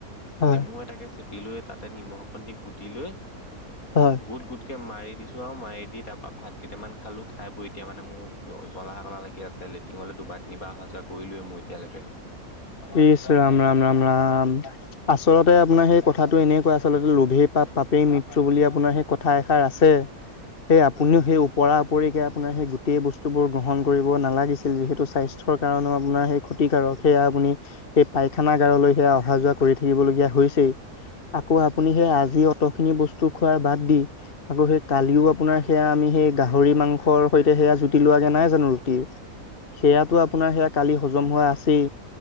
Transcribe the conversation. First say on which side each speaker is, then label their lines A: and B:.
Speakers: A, on the left (about 40°); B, on the left (about 70°).
A: হয়
B: নেমু এটাকে চেপি লৈ তাতে নিমখ অকন দি গুটি লৈ,
A: হয়
B: গুট-গুট মাৰি দিছোঁ আৰু মাৰি দি তাৰ পৰাা ভাত কেইটামান খালোঁ খাই বৈ এতিয়া মানে মো অ', জ'লা ক'লা লাগি আছে লেত্ৰিনৰলৈ দুবাৰ তিনিবাৰ অহা যোৱা কৰিলোয়ে মই এতিয়ালৈকে।
A: ইছ ৰাম-ৰাম-ৰাম-ৰাম। আচলতে আপোনাৰ সেই কথাটো এনেকুৱা আচলতে লোভে পাপ-পাপ এই মৃত্য বুলি আপোনাৰ সেই কথা এষাৰ আছে। আপুনিও সেই ওপৰা ওৰিকে আপোনাৰ সেই গোটেই বস্তু বোৰ গ্ৰহণ কৰিব নালাগিছিল যিহেতু স্বাস্থ্যৰ কাৰণেও আপোনাৰ সেই ক্ষতিকাৰক সেয়া আপুনি এই পায়খানা গাৰলৈ সেয়া অহা যোৱা কৰি থাকিব লগীয়া হৈছেই। আকৌ আপুনি সেই আজি অট খিনি বস্তু খোৱাৰ বাদ দি, আকৌ সেই কালিও আপোনাৰ সেয়া আমি সেই গাহৰি মাংসৰ সৈতে হেয়া জুতি লোৱাগে নাই জানো ৰুটিৰ? সেয়াাটো আপোনাৰ সেয়া কালি হজম হোৱা আছেই।